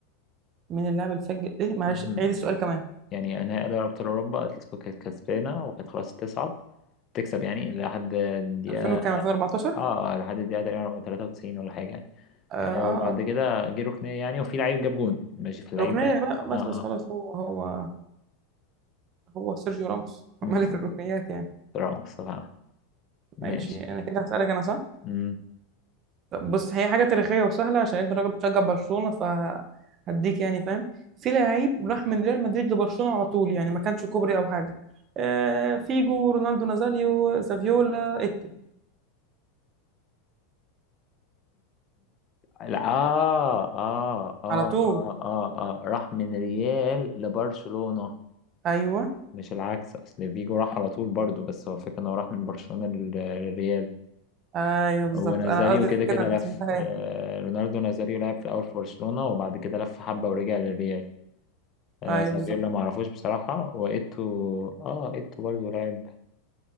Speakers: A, on the right; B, on the left.
A: مين اللاعب اللي سجل ايه معلش
B: مهم.
A: عيد السؤال كمان
B: يعني نهائي أبطال أوروبا أتلتيكو كانت كسبانة وكانت خلاص تصعد تكسب يعني لحد الدقيقة
A: 2000 وكام 2014
B: اه لحد الدقيقة تقريبا 93 ولا حاجة يعني
A: اه اه
B: آه وبعد
A: اه
B: كده جه ركنية يعني وفي لعيب جاب جون ماشي في اللعيب
A: ركنيه
B: ده
A: بقى بس
B: اه
A: بس خلاص
B: اه
A: هو هو هو سيرجيو راموس <laughs>
B: امم
A: ملك الركنيات يعني
B: مصطفى عمل. ماشي
A: ماشي انا كده هسألك انا صح
B: مم.
A: طب بص هي حاجة تاريخية وسهلة عشان انت راجل بتشجع برشلونة فهديك يعني فاهم في لعيب راح من ريال مدريد لبرشلونة على طول يعني ما كانش كوبري او حاجة آه فيجو رونالدو نازاريو زافيولا ايتو
B: لا، آه آه آه
A: على طول
B: آه آه آه راح من ريال لبرشلونة
A: ايوه
B: مش العكس أصل فيجو راح على طول برضو بس هو الفكرة إنه راح من برشلونة لل- للريال
A: ايوه بالظبط
B: هو نازاريو
A: انا قصدي
B: اه كده كده
A: كده انت
B: لف
A: سمعتها
B: آه
A: ايه
B: رونالدو نازاريو لعب في الأول في برشلونة وبعد كده لف حبة ورجع للريال آه
A: ايوه
B: سافيولا
A: بالظبط
B: معرفوش بصراحة وإيتو آه إيتو برضو لعب